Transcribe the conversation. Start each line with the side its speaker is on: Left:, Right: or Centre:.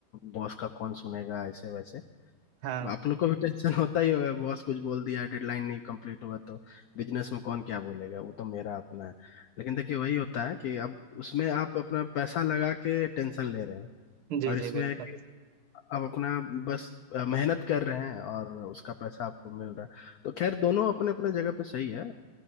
Left: बॉस का कौन सुनेगा ऐसे वैसे
Right: हाँ
Left: आप लोग को भी टेंशन <laughs> होता ही होगा बॉस कुछ बोल दिया डेडलाइन नहीं कंप्लीट हुआ तो बिजनेस में कौन क्या बोलेगा वो तो मेरा अपना है लेकिन देखिए वही होता है कि अब उसमें आप अपना पैसा लगा के टेंशन ले रहे हैं
Right: जी
Left: और इसमें
Right: जी बिल्कुल
Left: एक आप अपना बस अ, मेहनत कर रहे हैं और उसका पैसा आपको मिल रहा है तो खैर दोनों अपने अपने जगह पे सही है